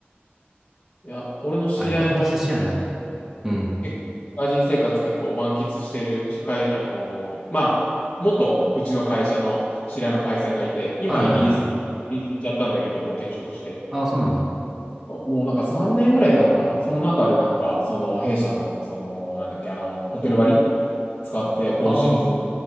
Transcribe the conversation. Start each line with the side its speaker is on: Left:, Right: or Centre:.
Left: や、俺の知り合いの、
Centre: あ、意外と寿司屋ないな。うん。
Left: 結構、社会人生活結構満喫してる、社会、あのーまあ、元うちの会社の知り合いのパイセンがいて、今イギリス、
Centre: はいはいはい。
Left: イギリス行っちゃったんだけど、もう転職して。
Centre: ああ、そうなんだ。
Left: もうなんか3年ぐらいいたのかなその中でなんか、その弊社の、その、なんだっけ、あの、ホテル割使って、フォーシーズン
Centre: あ